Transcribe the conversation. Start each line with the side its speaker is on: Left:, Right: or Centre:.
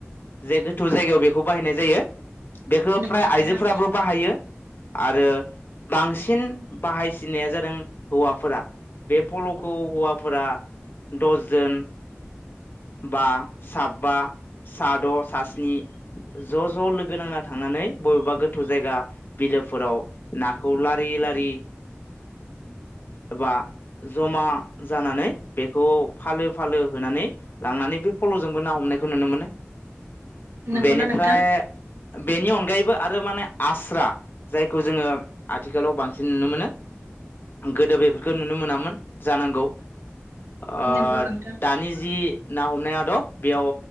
Left: जे गोथौ जायगायाव बेखौ बाहायनाय जायो। बेखौ
Right: नंगौ
Left: फ्राय
Right: नोंथां
Left: आइजोफोराबो बाहायो। आरो बांसिन बाहायसिनाया जा दों हौवाफोरा बे पल'खौ हौवाफोरा दसजोन बा साबा साद सास्नि ज ज लोगो नांना थांनानै बबेबा गोथौ जायगा बिलोफोराव नाखौ लारि लारि एबा जमा जानानै बेखौ फालो फालो होनानै लांनानै बे फल जोंबो ना हमनायखौ नुनो मोनो।
Right: नंगौना
Left: बेनिफ्राय
Right: नोंथां?
Left: बेनि अनगायैबो आरो माने आस्रा जायखौ जोङो आथिखालाव बांसिन नुनो मोनो गोदो बेफोरखौ नुनो मोनामोन जानांगौ ओ
Right: नंगौ नोंथां
Left: दानि जि हमनाय आदब बेयाव